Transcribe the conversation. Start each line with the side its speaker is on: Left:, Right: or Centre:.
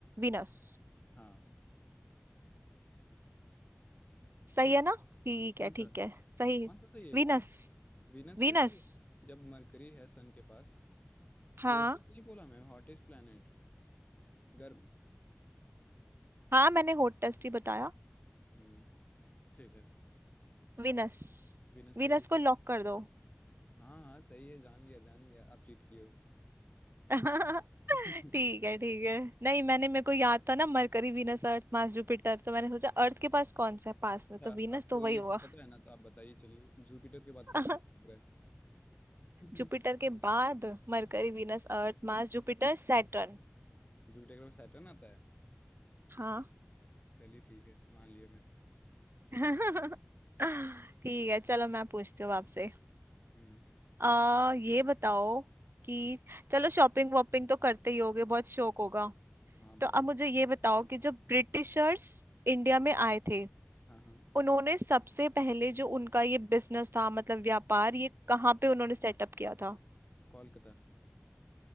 Right: वीनस
Left: हाँ
Right: सही
Left: तो
Right: है ना ठीक
Left: कौन
Right: है
Left: सा
Right: ठीक है सही
Left: कौन सा सही है
Right: वीनस
Left: कौन सा? वीनस
Right: वीनस
Left: कैसे हो? जब मरकरी है सन के पास
Right: हाँ
Left: क्लोजेस्ट नहीं बोला मैं हॉटेस्ट प्लेनेट गर्म
Right: हाँ मैंने होट टेस्ट ही बताया
Left: हम्म, ठीक है आ,
Right: वीनस
Left: वीनस
Right: वीनस
Left: सही
Right: को लॉक कर दो
Left: हाँ हाँ सही है जान गया जान गया आप चीट किए
Right: <laughs>
Left: हो
Right: ठीक
Left: <laughs>
Right: है ठीक है नहीं मैंने मेरे को याद था ना mercury venus earth mars jupiter तो मैंने सोचा अर्थ के पास कौन सा है पास में
Left: अच्छा
Right: तो वीनस
Left: आपको
Right: तो वही
Left: ये
Right: होगा
Left: सब पता है ना तो आप बताइए चलिए जुपिटर के
Right: <laughs>
Left: बाद कौन सा ग्रह है? <laughs>
Right: जुपिटर के बाद mercury venus earth mars jupiter saturn
Left: जुपिटर के बाद सैटर्न आता है
Right: हाँ
Left: चलिए ठीक है मान लिया मैं
Right: <laughs> ठीक है चलो मैं पूछती हूँ आपसे
Left: हम्म पूछ
Right: आ ये बताओ कि
Left: हाँ
Right: चलो शॉपिंग वॉपिंग तो करते ही होगे बहुत शौक होगा
Left: हाँ बहुत
Right: तो अब मुझे ये
Left: <laughs>
Right: बताओ कि जब ब्रिटिशर्स इंडिया में आए थे
Left: हाँ हाँ
Right: उन्होंने सबसे पहले जो उनका ये बिजनेस था मतलब व्यापार ये कहाँ पे उन्होंने सेटअप किया था
Left: कोलकाता